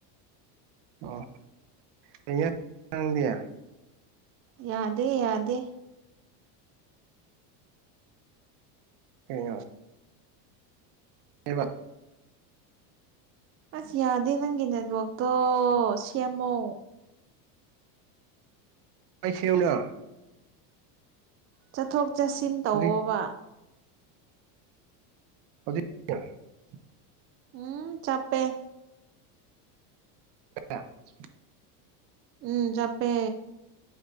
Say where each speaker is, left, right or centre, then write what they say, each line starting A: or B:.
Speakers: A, on the right; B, on the right.
A: ꯑꯣ ꯏ ꯁꯗꯦ
B: ꯌꯥꯗꯦ ꯌꯥꯗꯦ
A: ꯀꯩꯅ ꯍꯕ
B: ꯑꯁ ꯌꯥꯗꯦ ꯅꯪꯒꯤ ꯅꯦꯠꯋꯛꯇꯣ ꯁꯦꯝꯃꯣ
A: ꯑꯩꯏ ꯁꯅ
B: ꯆꯠꯊꯣꯛ ꯆꯠꯁꯤꯟ ꯇꯧꯑꯣꯕ
A: ꯍꯧꯖꯤꯛ ꯑ <unintelligible>
B: ꯎꯝ ꯆꯄꯦ
A: ꯑ <unintelligible> <inaudible>
B: ꯎꯝ ꯆꯄꯦ